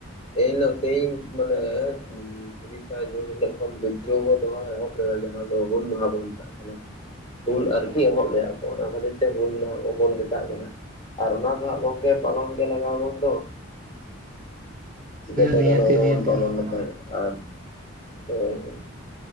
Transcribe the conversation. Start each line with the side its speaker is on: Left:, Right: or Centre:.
Left: ᱮᱱᱦᱤᱞᱳᱜ ᱛᱮᱦᱤᱧ ᱢᱟᱱᱮ ᱛᱤᱨᱤᱥᱟ ᱡᱩᱱ ᱦᱤᱞᱳᱜ ᱠᱷᱚᱱ ᱵᱤᱫᱽᱫᱨᱳᱦᱚ ᱫᱚᱦᱚ ᱮᱦᱚᱵ ᱞᱮᱫᱟ ᱡᱟᱦᱟᱸ ᱫᱚ ᱦᱩᱞ ᱢᱟᱦᱟ ᱵᱚᱱ ᱢᱮᱛᱟᱜᱼᱟ ᱠᱟᱱ ᱩᱞ ᱟᱨᱠᱤ ᱮᱢᱦᱚᱜ ᱞᱮᱭᱟ ᱚᱱᱟ ᱠᱷᱟᱹᱛᱤᱨ ᱛᱮ ᱦᱩᱞ ᱢᱟᱦᱟ ᱠᱚᱵᱚᱱ ᱢᱮᱛᱟᱜ ᱠᱟᱱᱟ ᱟᱨ ᱚᱱᱟ ᱫᱚ ᱦᱟᱸᱜ ᱜᱚᱝᱠᱮ ᱯᱟᱞᱚᱱ ᱜᱮ ᱞᱟᱜᱟᱣ ᱟᱵᱚᱱ ᱫᱚ᱾ ᱪᱤᱠᱟᱹᱛᱮ
Right: ᱱᱤᱭᱟᱹᱛᱮ
Left: ᱜᱟᱱᱚᱜ-ᱟ ᱵᱟᱵᱚᱱ
Right: ᱱᱤᱭᱟᱹᱛᱮ
Left: ᱯᱟᱞᱚᱱ
Right: ᱚᱱᱟ ᱠᱚᱢᱟ
Left: ᱞᱮᱠᱷᱟᱱ ᱟᱨ ᱦᱳᱭ ᱦᱳᱭ᱾